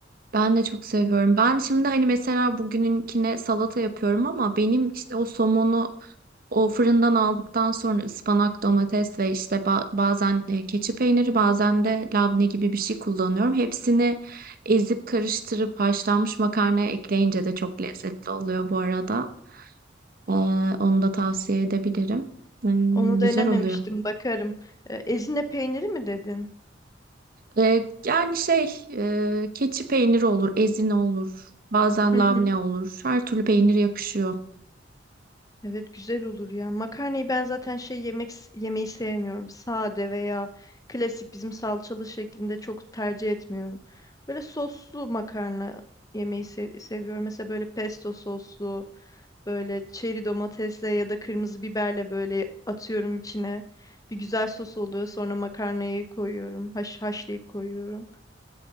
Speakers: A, on the right; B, on the left.
A: Ben de çok seviyorum. Ben şimdi hani mesela bugününkine salata yapıyorum ama benim işte o somonu o fırından aldıktan sonra ıspanak, domates ve işte ba- bazen e, keçi peyniri bazen de labne gibi bir şey kullanıyorum. Hepsini ezip karıştırıp haşlanmış makarnaya ekleyince de çok lezzetli oluyor bu arada. Ee, onu da tavsiye edebilirim. Hmm,
B: Onu
A: güzel
B: denememiştim,
A: oluyor.
B: bakarım. E, Ezine peyniri mi dedin?
A: Ee, yani şey, e, keçi peyniri olur, ezine olur, bazen
B: Hı
A: labne
B: hı.
A: olur. Her türlü peynir yakışıyor.
B: Evet, güzel olur ya. Makarnayı ben zaten şey yemek yemeyi sevmiyorum. Sade veya klasik bizim salçalı şeklinde çok tercih etmiyorum. Böyle soslu makarna yemeyi se- seviyorum. Mesela böyle pesto soslu. Böyle çeri domatesle ya da kırmızı biberle böyle atıyorum içine. Bir güzel sos oluyor. Sonra makarnayı koyuyorum. Haş, haşlayıp koyuyorum.